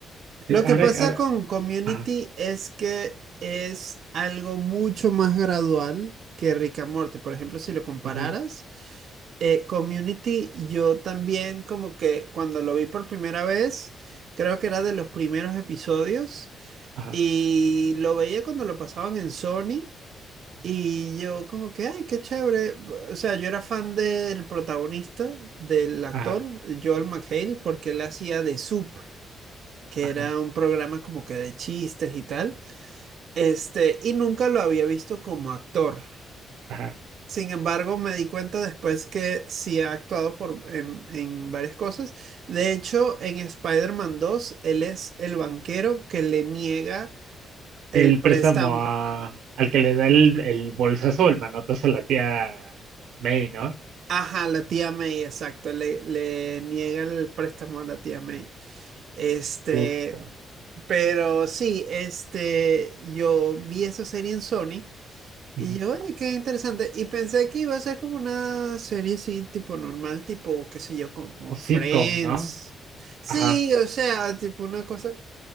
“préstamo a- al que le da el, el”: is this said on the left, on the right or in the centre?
Right